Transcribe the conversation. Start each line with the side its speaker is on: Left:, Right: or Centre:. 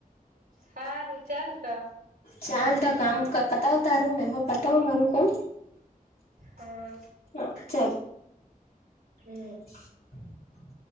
Right: હારું ચાલ તો
Left: ચાલ ત કામ પતાવ તારું મેને હ પતાવ મારું કામ
Right: હા
Left: હા ચાલ.
Right: હમ્મ.
Left: <inaudible>